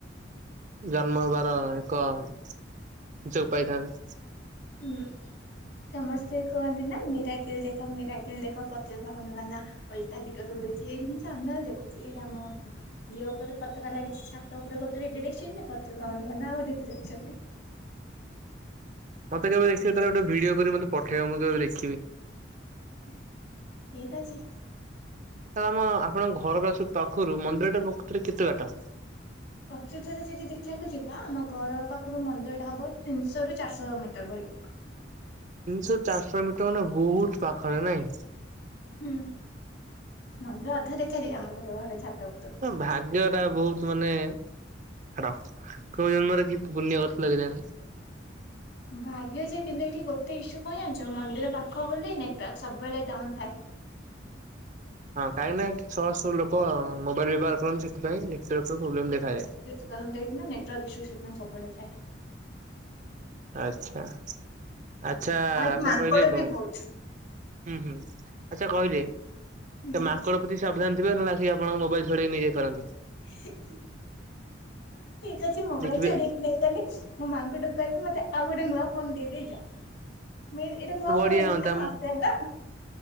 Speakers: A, on the right; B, on the left.
A: ଜନ୍ମ ହେବାର ଏକ ସୁଯୋଗ ପାଇଥାନ୍ତି।
B: ଉଁ ହୁଁ। ସମସ୍ତେ କୁହନ୍ତି ନା ମିରାକିଲ ଦେଖ ମିରାକିଲ ଦେଖ ପତିତ ପାାଗନ ବାନା। ଓଲଟା ଦିଗ ଦୌଡୁଛି ଏଇଠି ମୁଁ ସାମ୍ନାରେ ଦେଖୁଛି ଏଇଠି ଆମ। ଇଏ ଉପରେ ପତାକା ଲାଗିଛି ଛାତ ଉପରେ ଗୋଟେ ଡିରେକ୍ସନ ରେ ପତିତପାବନ ବାନା ଆଉ ଗୋଟେ ଡେରିଏକ୍ସନରେ।
A: ମତେକେବେ ଦେଖିବ ତାର ଗୋଟେ ଭିଡିଓ କରି ମତେ ପଠେଇବ ମୁଁ ତାକୁ ଦେଖିବି।
B: ଠିକ୍ ଅଛି।
A: ତ ଆମ ଆପଣଙ୍କ ଘର ପାଖରୁ ମନ୍ଦିର ଟା ପ୍ରକୁତରେ କେତେ ବାଟ।
B: ପ୍ରକୃତରେ ଯଦି ଦେଖିବାକୁ ଯିବା ଆମ ଘର ପାଖରୁ ମନ୍ଦିର ଟା ହବ ତିନିଶହ ରୁ ଚାରିଶହ ମିଟର ପରି।
A: ତିନିଶହ ରୁ ଚାରିଶହ ମିଟର ମାନେ ବହୁତ୍ ପାଖରେ ନାଇଁ।
B: ହୁଁ ମନ୍ଦିର ଅଧା ଦେଖାଯାଏ ଆମ ଘର ଛାତ ଉପୁରୁ।
A: ଭାଗ୍ୟ ଟା ବହୁତ ମାନେ ଛାଡ କୋଉ ଜନ୍ମରେ କି ପୁଣ୍ୟ କରିଥିଲ କେ ଜାଣି।
B: ଭାଗ୍ୟଜେ କିନ୍ତୁ ଏଠି ଗୋଟେ ଇସ୍ୟୁ କଣ ଯାଣିଛ ମନ୍ଦିର ପାଖ ବୋଲି ନେଟୱାର୍କ ସବେଳେ ଡାଉନ ଥାଏ।
A: ହଁ କାହିଁକିନା ଏଠି ଶହ ଶହ ଲୋକ ମୋବାଇଲ ବ୍ୟବହାର କରନ୍ତି ସେଥିପାଇଁ ନେଟୱାର୍କର ପ୍ରୋବ୍ଲେମ୍ ଦେଖାଯାଏ।
B: ପବନ ଦେଇକିନା ନେଟୱାର୍କ ଇସୁ ସେଥିପାଇଁ ସବୁ ବେଳେ ଥାଏ।
A: ଆଛା ଆଛା
B: ଆଉ ଏଠି
A: ଆଛା
B: ମାଙ୍କଡ
A: କହିଲେ ହୁଁ
B: ବି ବହୁତ।
A: ହୁଁ ଆଚ୍ଛା କହିଲେ ଏ
B: ହୁଁ
A: ମାଙ୍କଡ଼ ପ୍ରତି ସାବଧାନ ଥିବେ ନ ହେଲେ ଆସି ଆପଣଙ୍କ ମୋବାଇଲ ଛଡେଇ ନେଇଯାଇ ପାରନ୍ତି।
B: ହୁଁ। ଠିକ୍ ଅଛି ମୋବାଇଲ
A: ଦେଖିବେ
B: ଛଡେଇିକି ନେଇ ଗଲେ ମୁଁ ମାଙ୍କଡ଼ କୁ କହିବି ମତେ ଆଉ ଗୋଟେ ନୂଆ ଫୋନ ଦେଇ ଦେଇଯା ଏଟା ନୂଆ
A: ବଢିଆ
B: ଫୋନ ଆଣିଛି
A: ହୁଅନ୍ତା
B: ନା ମାସେ ହେଲା।